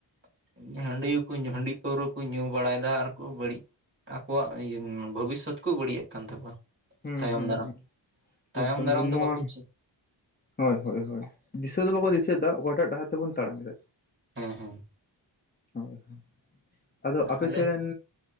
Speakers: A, on the right; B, on the left.
A: <inaudible> ᱦᱟᱺᱰᱤ ᱠᱩ ᱧᱩ ᱦᱟᱺᱰᱤ ᱯᱟᱹᱣᱨᱟᱹ, ᱠᱚ ᱧᱩ ᱵᱟᱲᱟᱭᱮᱫᱟ, ᱟᱨᱠᱩ ᱵᱟᱹᱲᱤᱡ ᱟᱠᱚᱣᱟᱜ ᱵᱷᱚᱵᱤᱥᱥᱚᱛ ᱠᱚ ᱵᱟᱹᱲᱤᱡᱮᱫ ᱠᱟᱱ ᱛᱟᱠᱚᱣᱟ᱾
B: ᱦᱮᱸᱻ
A: ᱛᱟᱭᱚᱢ
B: ᱦᱮᱸᱻ
A: ᱫᱟᱨᱟᱢ
B: ᱦᱮᱸ,
A: ᱛᱟᱭᱚᱢ
B: ᱮᱠᱫᱚᱢ
A: ᱫᱟᱨᱟᱢ
B: ᱜᱮ
A: ᱫᱚ
B: ᱱᱚᱣᱟ,
A: ᱵᱟᱠᱚ ᱪᱮᱫ
B: ᱦᱳᱭ ᱦᱳᱭ ᱦᱳᱭ ᱫᱤᱥᱟᱹ ᱫᱚ ᱵᱟᱠᱚ ᱫᱤᱥᱟᱹᱭᱮᱫᱟ ᱚᱠᱟᱴᱟᱜ ᱰᱟᱦᱟᱨ ᱛᱮᱵᱚᱱ ᱛᱟᱲᱟᱢ ᱮᱫᱟ᱾
A: ᱦᱮᱸᱻᱦᱮᱸ
B: ᱦᱳᱭ <inaudible> ᱟᱫᱚ ᱟᱯᱮ
A: ᱟᱞᱮ
B: ᱥᱮᱱ,